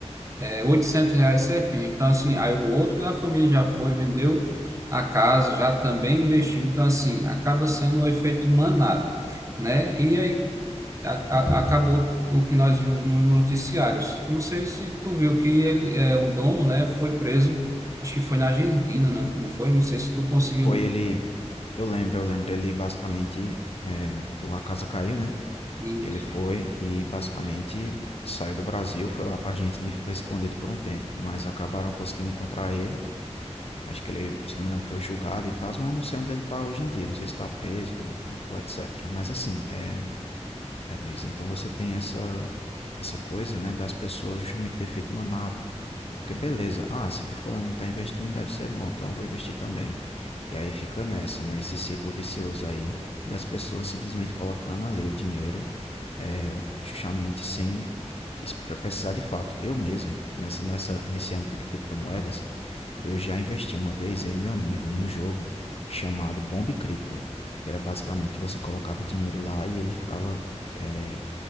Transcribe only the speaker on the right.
é 800 reais certinho. Então, assim, aí o outro da família já foi, vendeu a casa, já também investiu. Então, assim, acaba sendo um efeito manada, né? E aí a- a- acabou o que nós vimos nos noticiários. Não sei se tu viu que ele, é, o dono, né, foi preso, acho que foi na Argentina, não, não foi? Não sei se tu conseguiu.
E,